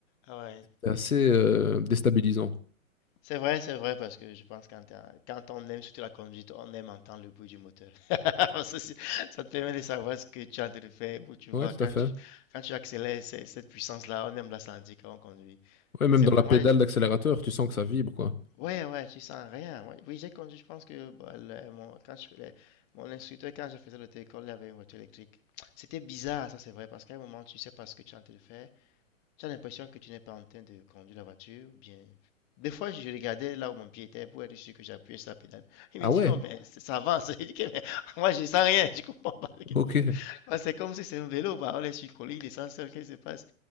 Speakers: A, on the left; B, on the left.
A: Ah ouais.
B: C'est assez euh, déstabilisant.
A: C'est vrai, c'est vrai, parce que je pense quand, t'es quand on aime surtout la conduite, on aime entendre le bruit du moteur. <laughs> Ça, c'est- ça te permet de savoir ce que tu es en train de faire, où tu vas,
B: Ouais, tout
A: quand
B: à fait.
A: tu, quand tu accélères, c'est- cette puissance-là, on aime la sentir quand on conduit.
B: Ouais, même
A: Et c'est
B: dans
A: vrai,
B: la pédale
A: moi,
B: d'accélérateur, tu sens que ça vibre, quoi.
A: ouais, ouais, tu sens rien. Moi, oui, j'ai conduit, je pense que bah, le- mon, quand je faisais- mon instructeur, quand je faisais l'auto-école, il avait une voiture électrique. C'était bizarre, ça c'est vrai, parce qu'à un moment, tu sais pas ce que tu es en train de faire. Tu as l'impression que tu n'es pas en train de conduire la voiture, ou bien. Des fois, je regardais là où mon pied était pour être sûr que j'appuyais sur la pédale. Il
B: Ah
A: me dit
B: ouais,
A: non, mais c- ça avance. <laughs> Je dis que mais <laughs> moi, je sens rien, je comprends pas. ce qui
B: ok.
A: se passe. Parce que C'est comme si c'est un vélo, bah, on est sur une colline, il descend seul, qu'est-ce qui se passe?